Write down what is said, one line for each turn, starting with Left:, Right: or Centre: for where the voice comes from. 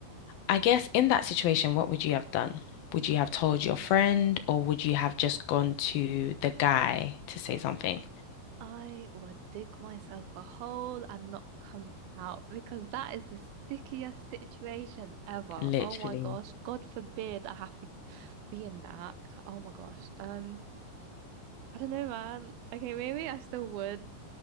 Left: I guess in that situation, what would you have done? Would you have told your friend or would you have just gone to the guy to say something?
Right: I would dig myself a hole and not come out because that is the stickiest situation ever.
Left: Literally.
Right: Oh my gosh. God forbid I have to be in that. Oh my gosh. Um, I don't know, man. Okay, maybe I still would